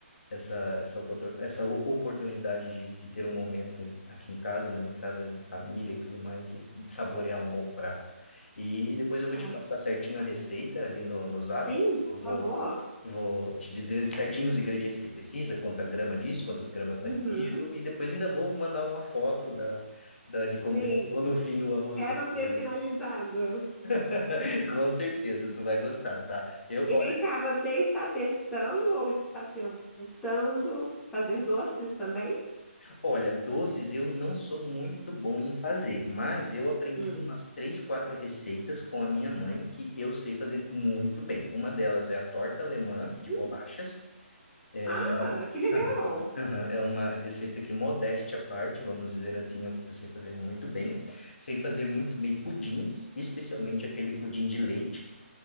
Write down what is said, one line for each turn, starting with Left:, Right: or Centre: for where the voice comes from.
Left: essa, essa, oportu- essa o- oportunidade de, de ter um momento aqui em casa, na minha casa, em família e tudo mais, e saborear um bom prato. E depois eu vou
Centre: Ah,
Left: te passar certinho a receita ali no, no Zap.
Centre: sim,
Left: Eu
Centre: por
Left: Vou,
Centre: favor.
Left: vou te dizer certinho os ingredientes que precisa, quanta grama disso, quantas gramas daquilo,
Centre: Uhum.
Left: e depois ainda vou mandar uma foto da, da, de como
Centre: Sim.
Left: ficou no fim o arroz
Centre: Quero
Left: do forno.
Centre: ver finalizado.
Left: <laughs> Com certeza, tu vai gostar, tá? Eu,
Centre: E
Left: olha,
Centre: vem cá, você está testando ou está tentando fazer doces também?
Left: olha, doces eu não sou muito bom em fazer, mas eu aprendi
Centre: Hum.
Left: umas três, quatro receitas com a minha mãe que eu sei fazer muito bem. Uma delas é a torta alemã de
Centre: Hum.
Left: bolachas. É
Centre: Ah,
Left: uma,
Centre: que legal.
Left: <laughs> é uma receita que, modéstia à parte, vamos dizer assim, eu, eu sei fazer muito bem. Sei fazer muito bem pudins, especialmente aquele pudim de leite.